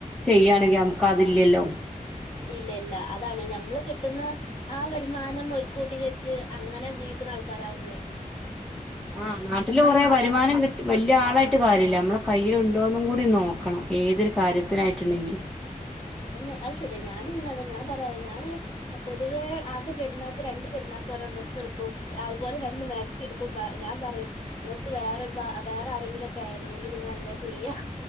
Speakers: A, in the centre; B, on the left.
A: ചെയ്യയാണെങ്കി നമ്ക്ക് അതില്ലല്ലോ
B: ഇല്ല ഇല്ല അതാണ് ഞമ്മള് കിട്ടുന്ന ആ വരുമാനം ഒരു കൂട്ടി വെച്ച് അങ്ങനെ ജീവി ക്ക്ണ ആൾകാരാവുമ്പളെ
A: ആഹ് നാട്ടില് കൊറെ വരുമാനം കിട്ടി വല്യ ആളായിട്ട് കാര്യല്ല നമ്മെളെ കയ്യിലുണ്ടോന്നും കൂ ടി നോക്കണം ഏതൊരു കാര്യത്തിനായിട്ടുണ്ടെങ്കിലും
B: അ അത് ശെരിയാ ഞാനും പിന്നെ അതാ ഞാൻ പറയാ ഞാന് പൊതുവേ ആകെ പെരുന്നാക്ക് രണ്ട് പെരുന്നാ ക്കോരോ ഡ്രെസ്ട്ക്കും അതുപോലെ രണ്ട് മാക്സിട്ക്കും ഞാൻ പറയും ഇങ്ങൾക്ക് വേറെരു ഭാ വേറാര ങ്കിലൊക്കെ ആയിരുന്നെങ്കില് ഇങ്ങള് എന്താ ചെയ്യാ